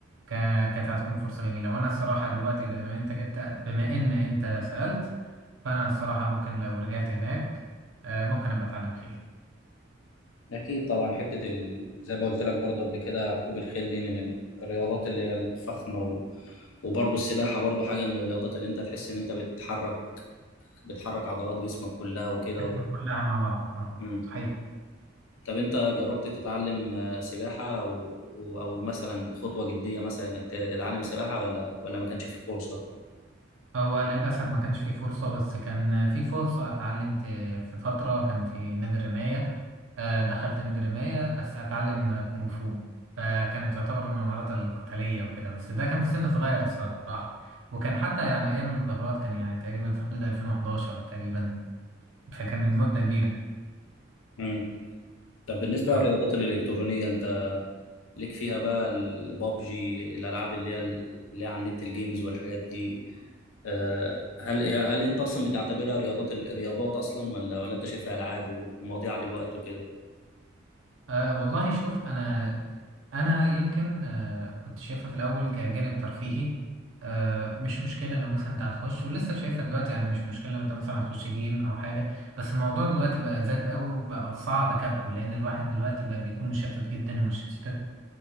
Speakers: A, on the right (about 70°); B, on the left (about 85°).
A: كا- كانت هتكون فرصة جميلة وأنا الصراحة دلوقتي بما إنك أنت كنت بما إن أنت سألت فأنا الصراحة ممكن لو رجعت هناك آه، ممكن أبقى أتعلم خيل
B: أكيد طبعا حتة ال... زي ما قلت لك برضه قبل كده ركوب الخيل دي من ال- الرياضات اللي هي الفخمة و... وبرضه السباحة برضه حاجة من الرياضات اللي انت تحس ان انت بتحرك بتحرك عضلات جسمك كلها وكده
A: إحنا
B: و...
A: كلها مع بعض أه
B: مم.
A: صحيح
B: طب انت جربت تتعلم آه، سباحة او او أو مثلا خطوة جدية مثلا انك ت- تتعلم سباحة ولا ولا ما كانش في فرصة
A: هو للأسف ما كانش فيه فرصة بس كان في فرصة اتعلمت في فترة كان في نادي الرماية آه، دخلت نادي الرماية بس أتعلم كونغ فو فكانت تعتبر من المهارات القتالية وكده بس ده كان في سن صغير الصراحة وكان حتى يعني أيام المظاهرات كان يعني تقريبا في حدود 2011 تقريبا فكان من مدة كبيرة
B: مم. طب بالنسبة
A: اه
B: للرياضات الإلكترونية انت ليك فيها بقى البابجي الألعاب اللي هي اللي هي على النت الجيمز والحاجات دي آه، هل هل انت اصلا بتعتبرها رياضات الرياضات اصلا ولا ولا انت شايفها ألعاب ومضيعة للوقت وكده
A: آه، والله شوف انا انا يمكن آه كنت شايفها في الاول كجانب ترفيهي آه مش مشكلة لو مثلا انت هتخش ولسه شايفها دلوقتي يعني مش مشكلة لو انت مثلا هتخش جيم او حاجة بس الموضوع دلوقتي بقى زاد قوي وبقى صعب كبحه لان الواحد دلوقتي بقى بيكون مشتت جدا المشتتات